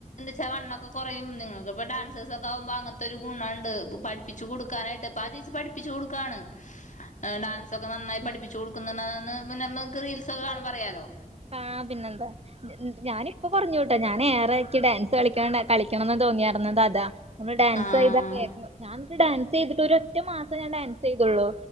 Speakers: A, on the left; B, on the right.
A: ച വണ്ണം ഒക്കെ കുറയും നിങ്ങക്ക് ഇപ്പോ ഡാൻസേർസ് ഒക്കെ ആവുമ്പോ അങ്ങനത്തെ ഒരു ഗുണം ഉണ്ട് പഠിപ്പിച്ചു കൊടുക്കാനായിട്ട് ഇപ്പ ആഹ് ചേച്ചി പഠിപ്പിച്ചു കൊടുക്കാണ് ഡാൻസ് ഒക്കെ നന്നായി
B: ഉം
A: പഠിപ്പിച്ചു കൊടുക്ക്‌ന്നെന്ന് ന്നഅമലൊന്നും നക്ക് റീൽസൊക്കെ കാണുമ്പറിയാലോ
B: ആ പിന്നെന്താ ഞാനിപ്പ പറഞ്ഞുട്ട ഞഏറെ എൻക്ക് ഡാൻസ് കളിക്കാണ്ടാ കളിക്കണെന്ന് തോന്നിയാർന്നതതാ ഒര് ഡാൻസോയ്താ
A: ആഹ്
B: ഡാൻസൈതിട്ട് ഒരൊറ്റ മാസാ ഞാൻ ഡാൻസൈതൊള്ളൂ